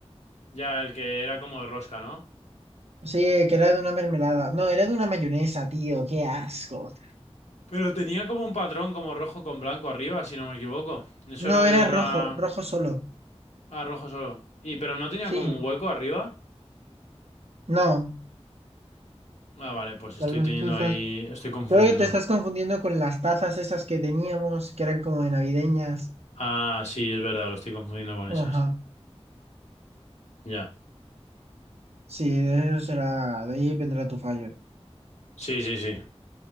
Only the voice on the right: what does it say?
Sí, que era de una mermelada. No, era de una mayonesa, tío, qué asco.
No,
era
rojo, rojo solo.
Sí,
no.
Tal vez
tú estás
Creo que te estás confundiendo con las tazas esas que teníamos, que eran como de navideñas.
Ajá.
Sí, de eso será, de ahí vendrá tu fallo.